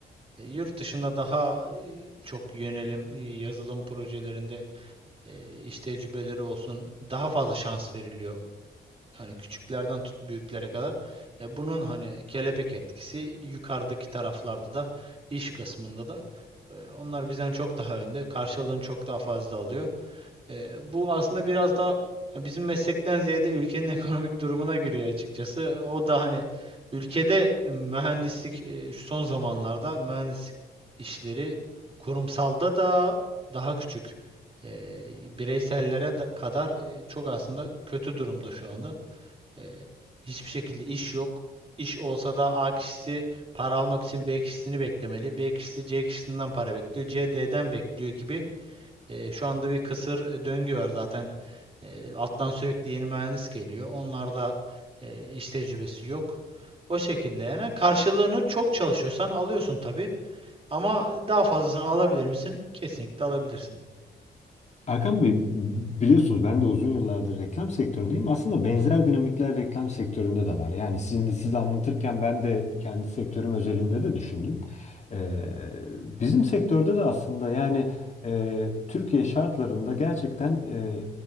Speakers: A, on the right (about 35°); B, on the left (about 40°).
A: E, Yurt dışında daha e, çok yönelim e, yazılım projelerinde e, iş tecrübeleri olsun daha fazla şans veriliyor. Hani küçüklerden tut büyüklere kadar. E, bunun hani kelebek etkisi yukarıdaki taraflarda da iş kısmında da e, onlar bizden çok daha önde. Karşılığını çok daha fazla alıyor. E, bu aslında biraz da bizim meslekten ziyade ülkenin <laughs> ekonomik durumuna giriyor açıkçası. O da hani ülkede mühendislik e, şu son zamanlarda mühendislik işleri kurumsalda da daha küçük. E, bireysellere da- kadar e, çok aslında kötü durumda şu anda. E, hiçbir şekilde iş yok. İş olsa da A kişisi para almak için B kişisini beklemeli. B kişisi C kişisinden para bekliyor. C D'den bekliyor gibi e, şu anda bir kısır e, döngü var zaten. E, alttan sürekli yeni mühendis geliyor. Onlarda e, iş tecrübesi yok. O şekilde yani karşılığını çok çalışıyorsan alıyorsun tabii. Ama daha fazlasını alabilir misin? Kesinlikle alabilirsin.
B: Erkan Bey biliyorsunuz ben de uzun yıllardır reklam sektöründeyim. Aslında benzer
A: Hı hı.
B: dinamikler reklam sektöründe de var. Yani sizin de siz anlatırken ben de kendi sektörüm özelinde de düşündüm. Ee, bizim sektörde de aslında yani e, Türkiye şartlarında gerçekten e,